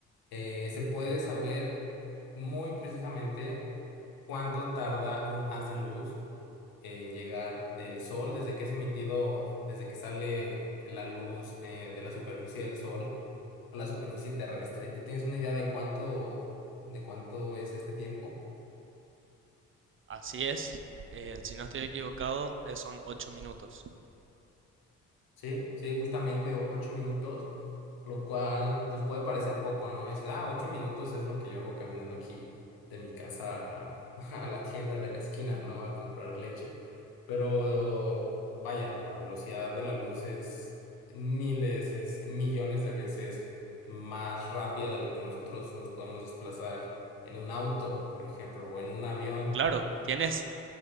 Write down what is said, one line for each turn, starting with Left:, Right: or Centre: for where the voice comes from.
Left: eh, se puede saber muy precisamente cuánto tarda un haz de luz en llegar del sol, desde que es emitido, desde que sale la luz eh, de la superficie del sol a la superficie terrestre. ¿Tú tienes una idea de cuánto, de cuánto es este tiempo?
Right: Así es, eh, si no estoy equivocado, eh, son ocho minutos.
Left: Sí, sí, justamente o- ocho minutos, lo cual pues puede parecer poco, ¿no? Dices, ah, ocho minutos es lo que yo hago caminando aquí de mi casa a la, <laughs> a la tienda de la esquina, ¿no? A comprar leche. Pero vaya, la velocidad de la luz es miles, es millones de veces más rápida de lo que nosotros nos podemos desplazar en un auto, por ejemplo, o en un avión.
Right: Claro, tienes,